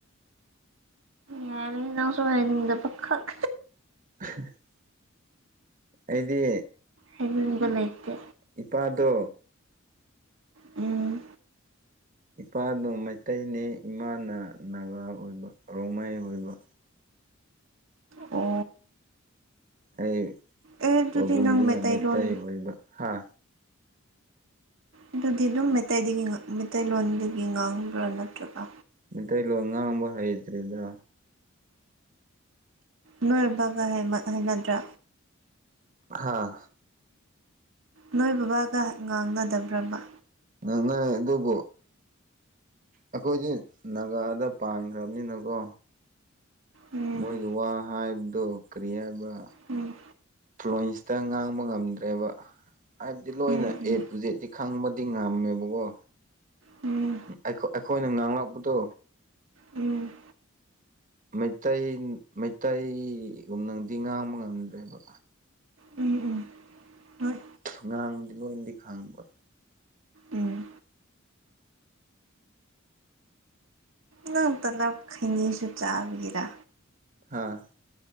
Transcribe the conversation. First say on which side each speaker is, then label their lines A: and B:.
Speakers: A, on the right; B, on the right.
A: ꯌꯥꯔꯦ ꯅꯪꯁꯨ ꯍꯥꯏꯅꯤꯡꯗꯕ ꯈꯛ
B: <unintelligible> ꯑꯩꯗꯤ
A: ꯍꯥꯏꯅꯤꯡꯕ ꯂꯩꯇꯦ
B: ꯏꯄꯥꯗꯣ
A: ꯎꯝ
B: ꯏꯄꯥꯗꫭ ꯃꯩꯇꯩꯅꯦ ꯏꯃꯥꯅ ꯅꯥꯒꯥ ꯑꯣꯏꯕ ꯔꯣꯡꯃꯩ ꯑꯣꯏꯕ
A: ꯑꯣ
B: ꯑꯩ
A: ꯑꯦ ꯑꯗꯨꯗꯤ
B: ꯄꯥꯕꯨꯡꯗꯨꯅ
A: ꯅꯪ ꯃꯩꯇꯩꯂꯣꯟ
B: ꯃꯩꯇꯩ ꯑꯣꯏꯕ ꯍꯥ
A: ꯑꯗꯨꯗꯤ ꯑꯗꯨꯝ ꯃꯩꯇꯩꯗꯒꯤ ꯃꯩꯇꯩꯂꯣꯟꯗꯒꯤ ꯉꯥꯡꯕ꯭ꯔꯥ ꯅꯠꯇ꯭ꯔꯒ
B: ꯃꯇꯩ ꯂꯣꯟ ꯉꯥꯡꯕ ꯍꯩꯇ꯭ꯔꯤꯗ
A: ꯅꯣꯏꯕꯒ ꯍꯩꯃꯟ ꯍꯩꯅꯗ꯭ꯔꯥ
B: ꯍꯥꯥ
A: ꯅꯣꯏ ꯕꯕꯥꯒ ꯉꯥꯡꯅꯗꯕ꯭ꯔꯕ
B: ꯉꯥꯡꯅꯩ ꯑꯗꯨꯕꯨ ꯑꯩꯈꯣꯏꯗꯤ ꯅꯥꯒꯥꯗ ꯄꯥꯟꯈ꯭ꯔꯕꯅꯤꯅꯀꯣ
A: ꯎꯝ
B: ꯃꯣꯏꯒꯤ ꯋꯥ ꯍꯥꯏꯕꯗꯨ ꯀꯔꯤ ꯍꯥꯏꯕ꯭ꯔꯥ
A: ꯎꯝ
B: ꯇꯔꯨꯏꯟꯁꯇ ꯉꯥꯡꯕ ꯉꯝꯗ꯭ꯔꯦꯕ ꯍꯥꯏꯕꯗꯤ ꯂꯣꯏꯅ
A: ꯎꯝ ꯎꯝ
B: ꯑꯦ ꯇꯨ ꯖꯦ ꯇꯤ ꯈꯪꯕꯗꯤ ꯉꯝꯃꯦꯕꯀꯣ
A: ꯎꯝ
B: ꯑꯩꯈꯣꯏ ꯑꯩꯈꫭꯏꯅ ꯉꯥꯡꯂꯛꯄꯗꯣ
A: ꯎꯝ
B: ꯃꯩꯇꯩ ꯃꯩꯇꯩꯒꯨꯝꯅꯗꯤ ꯉꯥꯡꯕ ꯉꯝꯗ꯭ꯔꯦꯕ
A: ꯎꯝ ꯎꯝ ꯍꯣꯏ
B: ꯁꯨꯝ ꯉꯥꯡꯕꯗꯤ ꯂꯣꯏꯅꯗꯤ ꯈꯪꯕ
A: ꯎꯝ ꯅꯪ ꯇꯂꯞ ꯈꯩꯅꯤꯁꯨ ꯆꯥꯕꯒꯤꯔ
B: ꯑꯥ